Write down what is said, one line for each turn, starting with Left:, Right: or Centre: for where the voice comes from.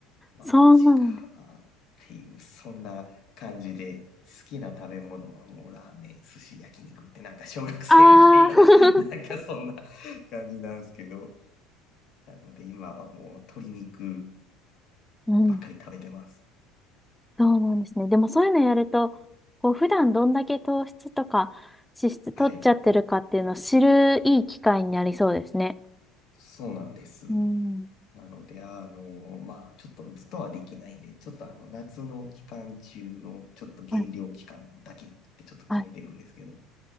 Left: な。
Centre: そうなのです。
Left: マジか。っていう、そんな感じで、好きな食べ物はもうラーメン、寿司、焼肉ってなんか小学生みたいな、
Centre: ああ。<laughs>
Left: <laughs> なんかそんな感じなんですけど。なので今はもう鶏肉
Centre: うん。
Left: ばっかり食べてます。
Centre: そうなんですね。でもそういうのやると、こう、普段どんだけ糖質とか脂質取っちゃってるかっていうのを知るいい機会になりそうですね。
Left: はい。そうなんです。
Centre: うん。
Left: なので、あの、まあ、ちょっとずっとはできないんで、ちょっとあの、夏の期間中の、ちょっと減量期間だけってちょっと決めてるんですけど、
Centre: はい。はい。